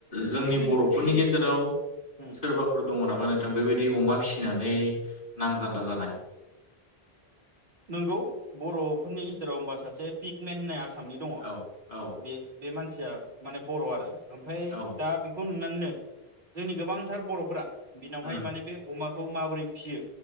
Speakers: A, on the left (about 55°); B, on the right (about 55°).
A: जोंनि बर'फोरनि गेजेराव
B: उम
A: सोरबाफोर दङ। मोननाबा नोंथां बेबायदि अमा फिसिनानै नामजादा जानाय।
B: नोंगौ बर'फोरनि गेजेराव होनबा सासे पिकमेन होननाय आसामनि दङ
A: औ औ
B: बे मानसि खुन्थिया माने बर' आरो। ओमफ्राय
A: औ
B: दा बेखौ नुनानैनो। जोंनि गोबांथार बर'फोरा बिनावहाय
A: उम
B: माने बे अमा खौ माबोरै फिसियो।